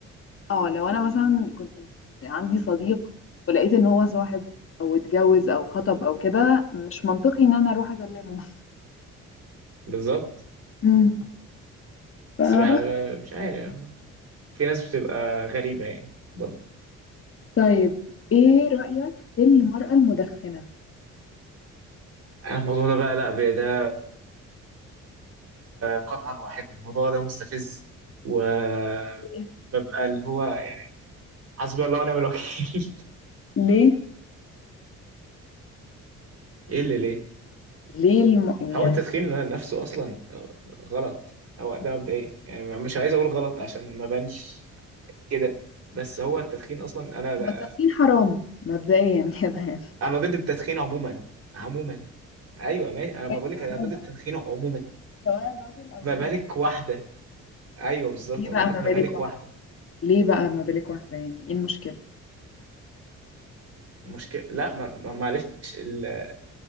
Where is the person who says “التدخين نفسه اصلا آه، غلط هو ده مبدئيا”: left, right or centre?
Right